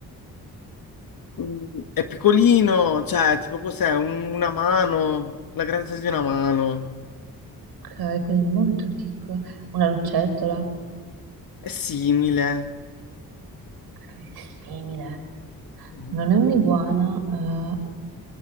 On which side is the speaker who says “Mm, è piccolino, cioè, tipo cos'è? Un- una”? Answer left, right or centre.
Left